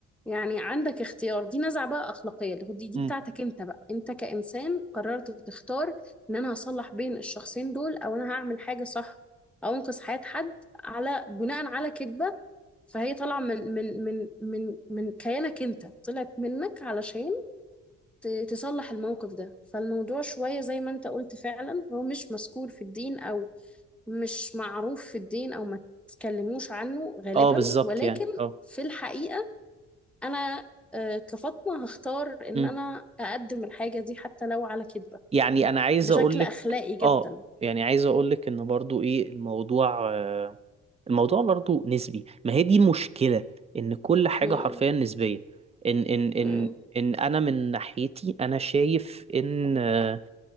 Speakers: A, in the centre; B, on the right (about 20°).
A: يعني عندك اختيار دي نزعة بقى اخلاقية اللي هو دي دي
B: امم
A: بتاعتك انت بقى انت كإنسان قررت تختار ان انا هصلح بين الشخصين دول او انا هعمل حاجة صح او انقذ حياة حد على بناء على كذبة فهي طالعة من من من من من كيانك انت طلعت منك علشان ت- تصلح الموقف ده فالموضوع شوية زي ما انت قلت فعلا هو مش مذكور في الدين او مش معروف في الدين او ما تتكلموش عنه غالبا
B: اه بالظبط
A: ولكن
B: يعني اه
A: في الحقيقة انا آه، كفاطمة هختار ان
B: امم
A: انا اقدم الحاجة دي حتى لو على كذبة
B: يعني انا عايز
A: بشكل
B: اقول لك
A: اخلاقي جدا
B: اه يعني عايز اقول لك ان برضو ايه الموضوع آه الموضوع برضو نسبي ما هي دي المشكلة ان كل حاجة
A: مم.
B: حرفيا نسبية ان ان ان
A: مم.
B: ان انا من ناحيتي انا شايف ان آه،